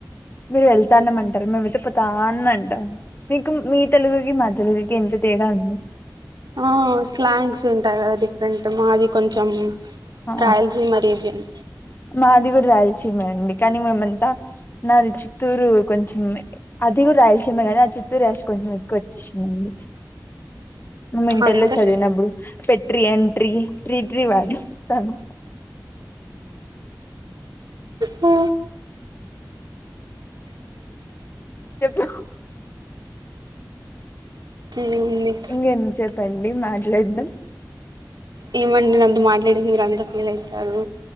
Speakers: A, on the left; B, on the right.
A: మీరు ఎళ్తానమంట్రు మేమైతే పోతాన్ అంటా మీకు మీ తెలుగుకి మా తెలుగుకి ఎంత తేడా ఉంది
B: ఆ స్లాంగ్స్ ఉంటాయి కదా డిఫరెంట్ మాది కొంచెం
A: ఆ
B: రాయల్సీ మరీజియన్
A: మాది కూడా రాల్సిమే అండి కానీ మేమంతా నాది చిత్తూరు కొంచెం ఉంది అది కూడా రాయలసీమే గాని ఆ చిత్తూరు యాస కొంచెం ఎక్కువ వచ్చేసిందండి మేము ఇంటర్లో
B: అంతే
A: చదివినప్పుడు పెట్రీ ఎంట్రీ టీ ట్రీ వాడుస్తాను
B: ఆ
A: చెప్పు
B: ఏముంది
A: ఇంకేంతసేప్పండి మాట్లాడ్డం
B: ఏమండి నేను అంత మాట్లాడే మీరు అంత ఫీల్ అవుతారు